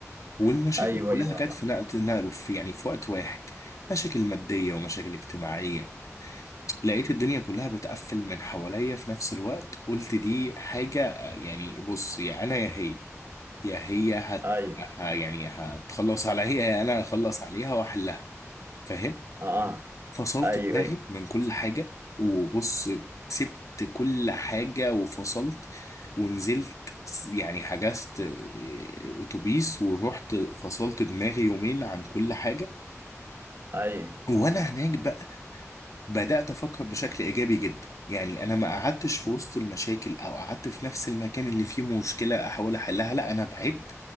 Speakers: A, on the left; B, on the right.
A: والمشاكل
B: ايوه
A: كلها
B: ايوه
A: كانت
B: يابا.
A: في نقل نقل- في يعني في وقت واحد مشاكل مادية ومشاكل اجتماعية لقيت الدنيا كلها بتقفل من حواليا في نفس الوقت قلت دي حاجة آه، يعني بص يا أنا يا هي يا هي هت
B: ايوه
A: ه- يعني هتخلص عليا يا أنا هخلص عليها وأحلها فاهم؟
B: اه
A: فصلت
B: ايوه
A: دماغي
B: ايوه
A: من كل حاجة وبص سبت كل حاجة وفصلت ونزلت يعني حجزت آه، أتوبيس ورحت فصلت دماغي يومين عن كل حاجة
B: ايوه
A: وأنا هناك بقى بدأت أفكر بشكل إيجابي جدا يعني أنا ما قعدتش في وسط المشاكل أو قعدت في نفس المكان اللي فيه مشكلة أحاول أحلها لا أنا بعدت